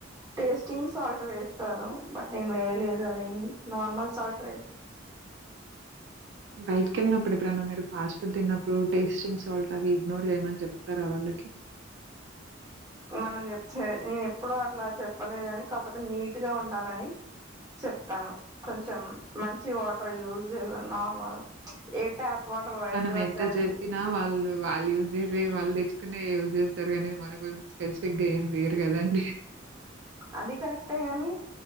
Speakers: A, on the right (about 20°); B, on the right (about 65°).
A: టేస్టింగ్ సాల్ట్ వేస్తారు బట్ నేను వేయలేదు అది ఏమి నార్మల్ సాల్ట్ వే
B: బయటికెళ్ళినప్పుడు ఎప్పుడైనా మీరు ఫాస్ట్ ఫుడ్ తిన్నప్పుడు టేస్టింగ్ సు పల్లవి రోజు ఏమన చెప్తార వాళ్ళకి
A: మనం చెప్ నేను ఎప్పుడు అలా చెప్పలేదు కాని కాకపోతే నీట్ గా ఉండాలని చెప్తాను కొంచం మంచి వాటర్ యూజ చేస నార్మల్ ఏ ట్యాప్ వాటర్
B: మనం
A: ఏది పడితే
B: ఎంత
A: అది
B: చెప్పినా వాళ్ళు వాళ్ళ్యూ చేసే వా తెచ్చుకునే యూజ్ చేస్తారు గాని మన కోసం స్పే పిగ్ ఏం తీయరు కదండి
A: అది కరెక్టే గాని